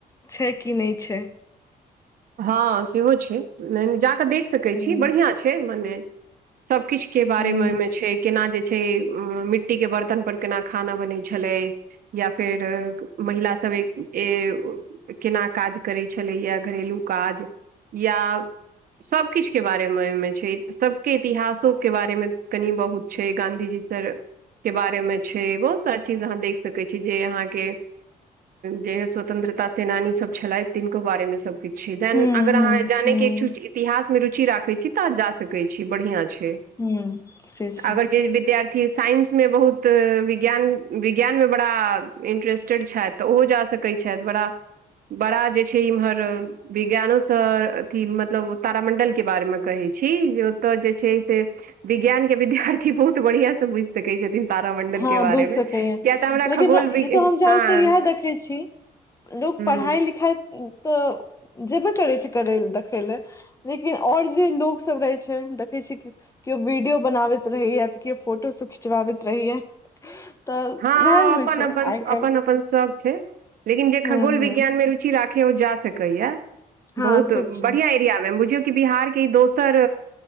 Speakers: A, on the left; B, on the right.
A: छै कि नै छै।
B: हँ सेहो छै जा कऽ देख सकै
A: हुँ
B: छी बढ़ियां छै मने सबकिछ के बारे
A: हुँ
B: मे ओइमे छै केना जे छै मिट्टी के बर्तन पर केना खाना बनै छलै। या फेर महिला सब एक- स-ए केना काज करै छलैये घरेलू काज या सब किछ के बारेमे ओइमे छै सबके इतिहासो के बारे मे कनी बहुत छै गाँंधी जी से के बारे मे छै बहुत सारा चीज अहाँ देख सकै छी जे अहाँके जे स्वतंत्रता सेनानी सब छलथि तिनको बारे मे सबकिछ छै जहन
A: हुँ
B: अगर अहाँ
A: हुँ
B: जानै
A: हुँ
B: के इच्छु छी इतिहास में रुचि राखै छी तहन जा सकै छी बढ़ियां छै।
A: हुँ से छै
B: अगर जे विद्यार्थी साइंस मे बहुत विज्ञान- विज्ञान मे बड़ा इन्टरेस्टेड छथि तऽ ओहो जा सकै छथि बड़ा- बड़ा जे छै इमहर विज्ञानो स अथी मतलब तारामण्डल के बारेमे कहै छी जे ओतऽ जे छै से विज्ञान के विद्यार्थी बहुत बढ़ियां से बुझ सकै छथिन तारामण्डल
A: हँ
B: के बारे
A: बुझि
B: में
A: सकैये
B: किया तऽ हमरा
A: लेकिन
B: खगोल
A: ई
B: विज्ञा
A: तऽ हम ज्यादातर
B: हँ।
A: इएह देखै छी लोक पढ़ाइ-
B: हूँ
A: लिखाइ तऽ जेबे करै छै करै ले देखै ले। लेकिन और जे लोकसब रहै छै देखै छियै कि कियो वीडियो बनाबैत रहैये तऽ कियो फोटोसब खिचबाबैत रहैये। तऽ
B: हँ
A: इएह
B: ओ
A: होइ
B: अपन
A: छै
B: - अपन
A: आइ
B: स
A: काल्हि
B: अपन -अपन सख छै। लेकिन जे खगोल
A: हूँ
B: विज्ञान
A: हूँ
B: मे रुचि राखैये ओ जा सकैये
A: हँ
B: बहुत
A: से छै
B: बढ़ियां ई बुझियौ कि बिहार के ई दोसर